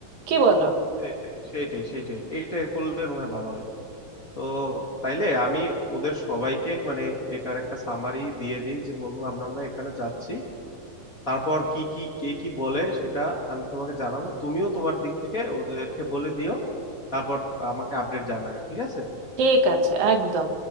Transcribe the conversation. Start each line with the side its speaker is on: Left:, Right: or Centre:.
Right: কি বলো
Left: হ্যাঁ, সেইটাই সেইটাই সেইটাই এইটাই করলে মনে হয় ভালো হয় তো তাইলে আমি ওদের সবাইকে মানে এটার একটা সামারি দিয়ে দিই যে বন্ধু আমরা আমরা এখানে যাচ্ছি তারপর কি কি কে কি বলে সেটা আমি তোমাকে জানাবো তুমিও তোমার দিক থেকে ওদেরকে বলে দিও তারপর আমাকে আপডেট জানাও ঠিক আছে
Right: ঠিক আছে একদম